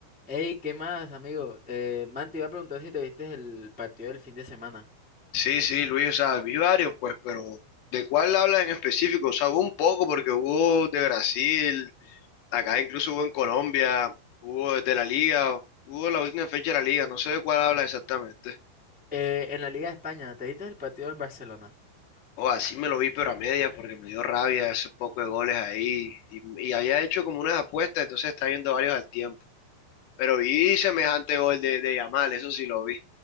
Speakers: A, in the centre; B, on the left (about 75°).
A: Hey, ¿qué más, amigo? Eh, man, te iba a preguntar si te viste el partido del fin de semana.
B: Sí, sí, Luis, o sea, vi varios, pues, pero ¿de cuál hablas en específico? O sea, hubo un poco, porque hubo de Brasil, acá incluso hubo en Colombia, hubo de la Liga, hubo la última fecha de la Liga, no sé de cuál habla exactamente.
A: Eh, en la Liga de España, ¿te viste el partido del Barcelona?
B: O así me lo vi, pero a medias, porque me dio rabia esos pocos de goles ahí. Y, y había hecho como unas apuestas, entonces estaba viendo varios al tiempo. Pero vi semejante gol de, de Yamal, eso sí lo vi.